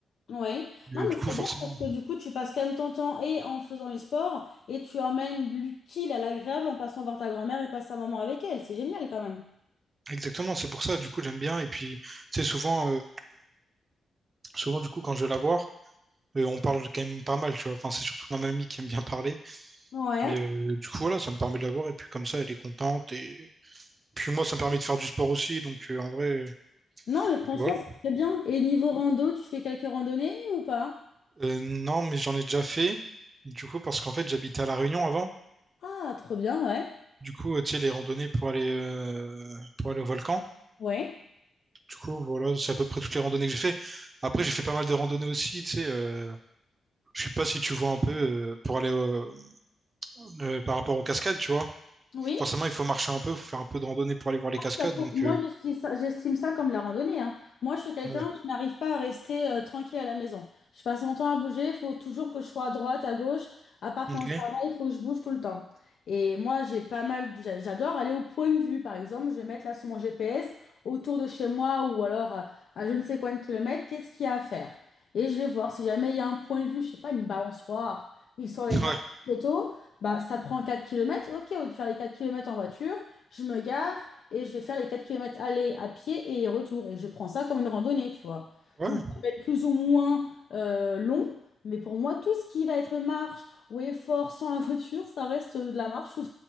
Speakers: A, on the left (about 70°); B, on the right (about 40°).
A: Ouais. Non,
B: Et
A: mais
B: du
A: c'est
B: coup, forcément.
A: bien parce que du coup, tu passes quand même ton temps et en faisant le sport et tu emmènes l'utile à l'agréable en passant voir ta grand-mère et passer un moment avec elle. C'est génial quand même.
B: Exactement, c'est pour ça. Du coup, j'aime bien. Et puis, tu sais, souvent, euh, souvent, du coup, quand je vais la voir, Et on parle quand même pas mal, tu vois. Enfin, c'est surtout ma mamie qui aime bien parler.
A: Ouais.
B: Mais euh, du coup, voilà, ça me permet de la voir Et puis comme ça, elle est contente. Et puis moi, ça me permet de faire du sport aussi. Donc euh, en vrai, euh,
A: Non, mais franchement,
B: voilà.
A: c'est très bien. Et niveau rando, tu fais quelques randonnées ou pas?
B: Euh, non, mais j'en ai déjà fait. Du coup, parce qu'en fait, j'habitais à La Réunion avant.
A: Ah, trop bien, ouais.
B: Du coup, euh, tu sais, les randonnées pour aller, euh, pour aller au volcan.
A: Ouais.
B: Du coup, voilà, c'est à peu près toutes les randonnées que j'ai fait. Après, j'ai fait pas mal de randonnées aussi, tu sais. Euh, je sais pas si tu vois un peu euh, pour aller au- euh, par rapport aux cascades, tu vois.
A: Oui?
B: Forcément, il faut marcher un peu, il faut faire un peu de randonnée pour aller voir les cascades.
A: Bah, pour-
B: Donc,
A: Moi,
B: euh,
A: j'estime ça, j'estime ça comme la randonnée, hein. Moi, je suis quelqu'un,
B: ouais.
A: je n'arrive pas à rester euh, tranquille à la maison. Je passe mon temps à bouger, il faut toujours que je sois à droite, à gauche. À part
B: Ok.
A: quand je travaille, il faut que je bouge tout le temps. Et moi, j'ai pas mal, de- j'a- j'adore aller au point de vue, par exemple. Je vais mettre là sur mon GPS, autour de chez moi ou alors à, à je ne sais combien de kilomètres, qu'est-ce qu'il y a à faire? Et je vais voir si jamais il y a un point de vue, je sais pas, une balançoire, histoire d'aller
B: Ouais.
A: faire une photo, bah, ça prend 4 kilomètres. Ok, au lieu de faire les 4 kilomètres en voiture, je me gare et je vais faire les 4 kilomètres aller à pied et retour. Et je prends ça comme une randonnée, tu vois.
B: Ouais.
A: Donc, ça peut être plus ou moins euh, long, mais pour moi, tout ce qui va être marche ou effort sans la voiture, ça reste de la marche <laughs> ou,